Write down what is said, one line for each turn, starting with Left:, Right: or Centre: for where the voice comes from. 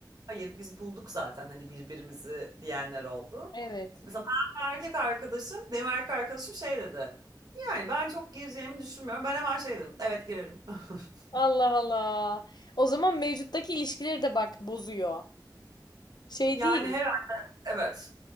Right: Hayır biz bulduk zaten hani birbirimizi diyenler oldu.
Left: Evet.
Right: Mesela ben ve erkek arkadaşım, benim erkek arkadaşım şey dedi. Yani ben çok gireceğimi düşünmüyorum. Ben hemen şey dedim. Evet girerim. <laughs>
Left: Allah Allah. O zaman mevcuttaki ilişkileri de bak bozuyor. Şey
Right: Yani
Left: değil.
Right: herhalde evet